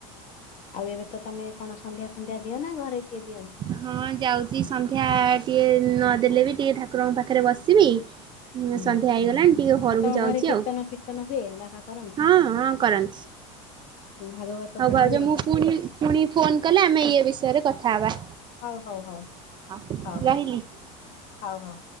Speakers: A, on the left (about 45°); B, on the right (about 25°).
A: ଆଉ ଏବେ ତ ତମେ କଣ ସନ୍ଧ୍ୟା ଫନ୍ଧ୍ୟା ଦିଅ ନା ଘରେ କିଏ ଦିଅ
B: ହଁ ଯାଉଛି ସନ୍ଧ୍ୟା ଟିକଏ ନଦେଲେ ବି ଟିକେ ଠାକୁରଙ୍କ ପାଖରେ ବସିବି
A: ହୁଁ।
B: ସନ୍ଧ୍ୟା ହେଇଗଲାଣି ଟିକେ ଘରକୁ
A: ଆଉ ତମ
B: ଯାଉଛି
A: ଘରେ କୀର୍ତ୍ତନ
B: ଆଉ
A: ଫୀର୍ତ୍ତନ ହୁଏ ବାପା କରନ୍ତି
B: ହଁ ହଁ କରନ୍ତି
A: ଭାଗବତ
B: ହଉ
A: ପଢା
B: ଭାଉଛ
A: ହୁଏ?
B: ମୁଁ ପୁଣି ପୁଣି ଫୋନ କଲେ ଆମେ ଇଏ ବିଷୟରେ କଥା ହବା
A: ହଉ ହଉ ହଉ
B: ହଁ
A: ହଉ ହଉ
B: ରହିଲ
A: ହଉ ହଉ